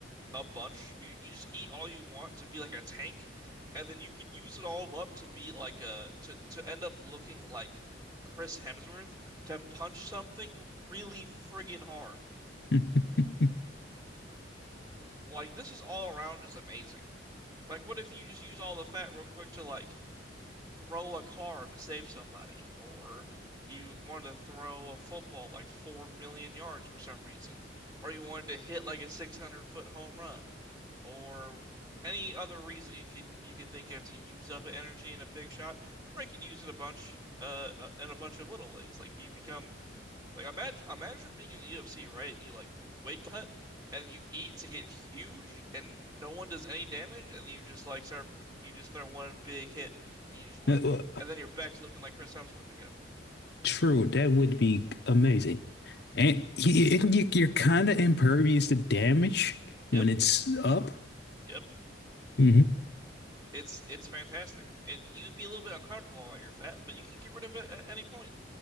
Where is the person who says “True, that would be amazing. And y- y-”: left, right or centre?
Left